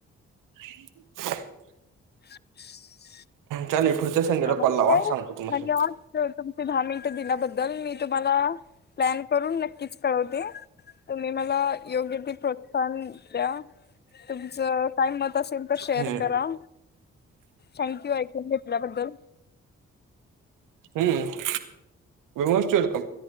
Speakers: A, on the right; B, on the left.
A: <unintelligible>
B: <inaudible>
A: चालेल पुढच्या संडेला
B: आणि
A: कॉल
B: काय
A: लावा सांगतो तुम्हाला
B: <unintelligible> तुम्ही दहा मिनिटं दिल्याबद्दल मी तुम्हाला प्लॅन करून नक्कीच कळवते. तुम्ही मला योग्य ते प्रोत्साहन द्या. तुमचं काय मत असेल तर शेअर
A: हम्म
B: करा, थँक्यू ऐकून घेतल्याबद्दल.
A: हम, मोस्ट वेलकम.